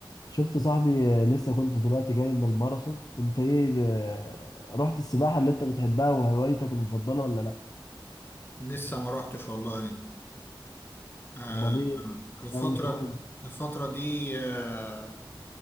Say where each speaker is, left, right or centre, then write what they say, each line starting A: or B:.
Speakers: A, on the left; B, on the left.
A: شفت صاحبي آه، لسه كنت دلوقتي جاي من الماراثون انت ايه آه، رحت السباحة اللي انت بتحبها وهوايتك المفضلة ولا لا
B: لسه ما روحتش والله آه،
A: امال ايه
B: الفترة
A: ناوي تروح
B: الفترة دي آه،